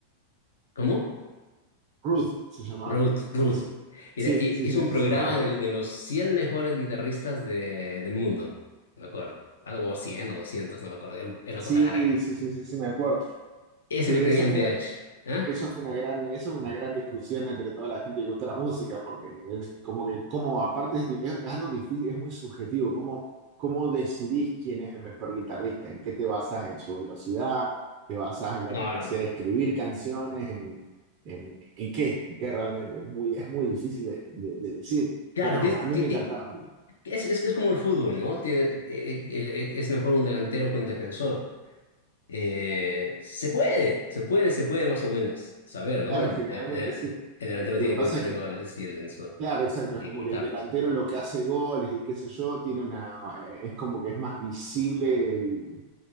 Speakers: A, on the left; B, on the right.
A: ¿Cómo?
B: Ruth se llamaba.
A: Ruth, Ruth.
B: Sí, sí.
A: Era-
B: Sí,
A: y-
B: sí,
A: hizo
B: sí,
A: un
B: sí,
A: programa
B: sí, la recuerdo.
A: de, de los 100 mejores guitarristas de- del mundo, no me acuerdo. Algo 100 o 200, no me acuerdo. Era, un- era
B: Sí,
A: una cosa larga.
B: sí, sí, sí, sí, me acuerdo.
A: Ese
B: Que
A: lo tenía
B: eso
A: en
B: fue
A: VH.
B: una,
A: ¿Ah?
B: eso fue una gran, eso fue una gran discusión entre toda la gente que gusta la música, porque es como que, como aparte es, di- es algo difícil, es muy subjetivo, cómo, cómo decidís quién es el mejor guitarrista, en qué te basás, en su velocidad, te basás en la
A: No,
B: capacidad
A: no.
B: de escribir
A: eh,
B: canciones, en, en, en qué, en qué realmente, es muy, es muy difícil de, de- de decir,
A: Claro,
B: pero
A: ti-
B: a mí
A: ti-
B: me
A: ti-
B: encantaba,
A: es, es, es como el fútbol, ¿no? Tiene, eh, el- el- e, es mejor un delantero que un defensor. Eh, se puede, se puede, se puede más o menos saber, ¿no?
B: claro,
A: El,
B: generalmente
A: eh,
B: sí.
A: eh, el delantero
B: Lo
A: tiene
B: que pasa
A: que meter
B: es que,
A: goles y el defensor
B: claro, exacto,
A: tiene
B: es como
A: que evitarlos.
B: que el delantero lo que hace goles y qué sé yo, tiene una, eh, es como que es más visible el,